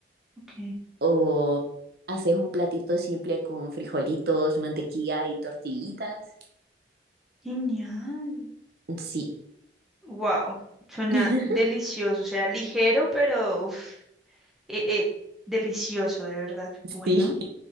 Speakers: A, in the centre; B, on the right.
A: ok.
B: o haces un platito simple con frijolitos, mantequilla y tortillitas.
A: Genial.
B: Sí,
A: Wow. Suena
B: <laughs>
A: delicioso. O sea, ligero, pero uf, eh, eh, delicioso, de verdad. Bueno,
B: sí,